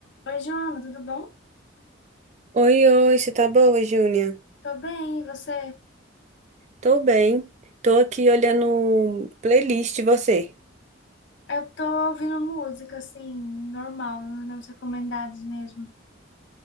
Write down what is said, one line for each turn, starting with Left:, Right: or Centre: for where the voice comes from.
Left: Oi, Joana, tudo bom?
Right: Oi, oi, você tá boa, Júnia?
Left: Tô bem, e você?
Right: Tô bem. Tô aqui olhando playlist, e você.
Left: Eu tô ouvindo música, assim, normal, nos meus recomendados mesmo.